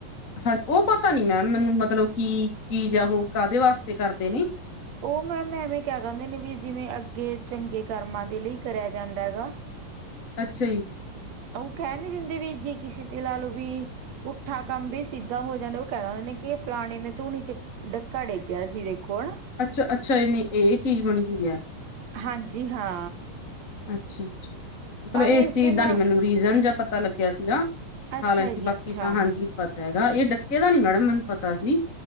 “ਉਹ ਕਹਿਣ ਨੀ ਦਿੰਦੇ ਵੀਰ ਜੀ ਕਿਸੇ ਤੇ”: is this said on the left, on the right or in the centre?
Right